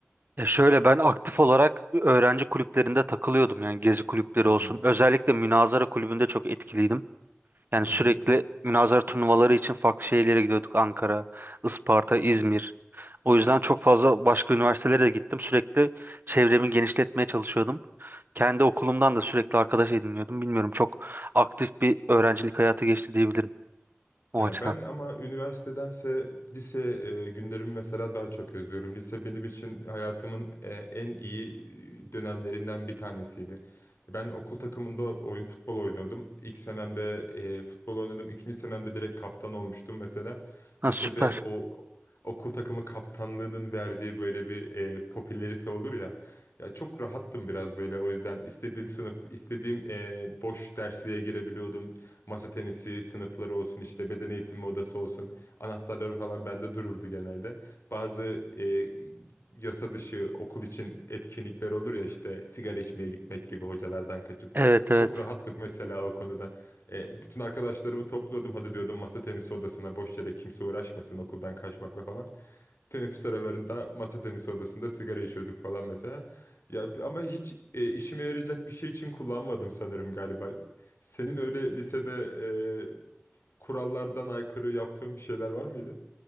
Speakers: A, on the right (about 50°); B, on the left (about 75°).
A: ya şöyle ben aktif olarak öğrenci kulüplerinde takılıyordum yani gezi kulüpleri
B: Hı
A: olsun
B: hı,
A: özellikle münazara kulübünde çok etkiliydim yani
B: hı
A: sürekli
B: hı.
A: münazara turnuvaları için farklı şehirlere gidiyorduk Ankara, Isparta, İzmir o yüzden çok fazla başka üniversitelere de gittim sürekli çevremi genişletmeye çalışıyordum kendi okulumdan da sürekli arkadaş ediniyordum bilmiyorum çok aktif bir öğrencilik hayatı geçti diyebilirim o
B: Ya
A: açıdan
B: ben ama üniversitedense lise e, günlerimi mesela daha çok özlüyorum. Lise benim için hayatımın e, en iyi e, dönemlerinden bir tanesiydi. Ben okul takımında oyun futbol oynuyordum. İlk senemde e, futbol oynadım. İkinci senemde direkt kaptan olmuştum mesela.
A: ha,
B: Lisede
A: süper
B: o okul takımı kaptanlığının verdiği böyle bir e, popülerite olur ya. Ya çok rahattım biraz böyle o yüzden istediğim sınıf, istediğim e, boş dersliğe girebiliyordum. Masa tenisi sınıfları olsun işte beden eğitimi odası olsun. Anahtarları falan bende dururdu genelde. Bazı e, yasa dışı okul için etkinlikler olur ya işte sigara içmeye gitmek gibi hocalardan kaçıp.
A: evet evet
B: Çok rahattık mesela o konuda. E, bütün arkadaşlarımı topluyordum. Hadi diyordum masa tenisi odasına boş yere kimse uğraşmasın okuldan kaçmakla falan. Teneffüs aralarında masa tenisi odasında sigara içiyorduk falan mesela. Ya b- ama hiç e, işime yarayacak bir şey için kullanmadım sanırım galiba. Senin öyle lisede e, kurallardan aykırı yaptığın bir şeyler var mıydı?